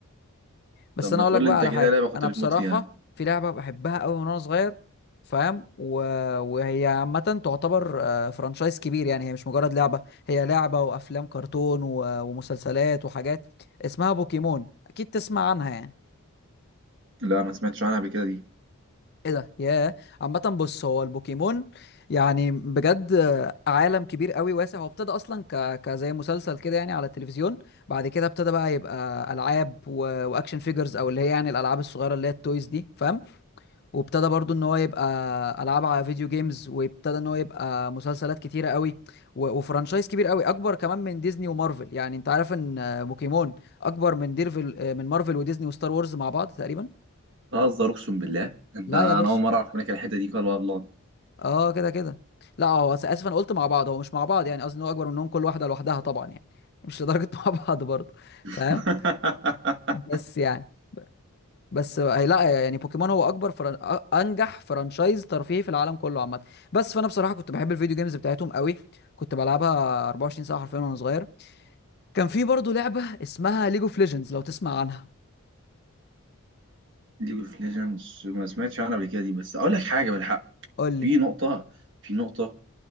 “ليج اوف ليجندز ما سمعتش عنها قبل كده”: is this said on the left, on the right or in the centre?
Right